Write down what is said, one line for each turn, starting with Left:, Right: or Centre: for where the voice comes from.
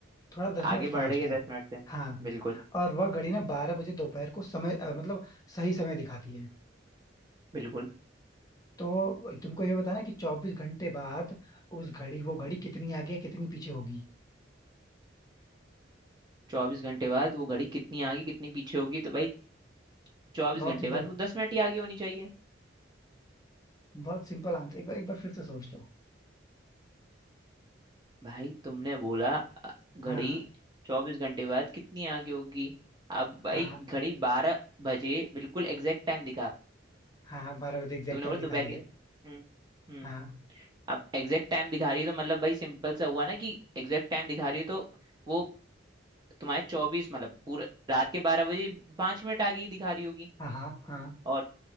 Left: थोड़ा दस
Right: आगे
Left: मिनट
Right: बढ़
Left: फास्ट
Right: रही है
Left: है
Right: दस मिनट से
Left: हाँ
Right: बिल्कुल
Left: और वह घड़ी ना बारह बजे दोपहर को समय अ, मतलब सही समय दिखाती है
Right: बिल्कुल
Left: तो तुमको ये बताना है कि चौबीस घंटे बाद उस घड़ी वो घड़ी कितनी आगे या कितनी पीछे होगी
Right: चौबीस घंटे बाद वो घड़ी कितनी आगे कितनी पीछे होगी तो भाई चौबीस
Left: बहुत
Right: घंटे
Left: सिंपल
Right: बाद वो दस मिनट ही आगे होनी चाहिए
Left: बहुत सिंपल आंसर एक बार एक बार फिर से सोच लो
Right: भाई तुमने बोला अ, घड़ी
Left: हाँ
Right: चौबीस घंटे बाद कितनी आगे होगी अब भाई
Left: हाँ
Right: घड़ी बारह बजे बिल्कुल एग्जैक्ट टाइम दिखा
Left: हाँ बारह बजे एग्जैक्ट
Right: तुमने
Left: टाइम
Right: बोला
Left: दिखा
Right: दोपहर
Left: रही
Right: के
Left: है
Right: हम्म हम्म
Left: हाँ
Right: अब एग्जैक्ट टाइम दिखा रही है तो मतलब भाई सिंपल सा हुआ ना कि एग्जैक्ट टाइम दिखा रही है तो वो तुम्हारे चौबीस मतलब पूरा रात के बारह बजे पांच मिनट आगे ही दिखा रही होगी
Left: हाँ हाँ हाँ
Right: और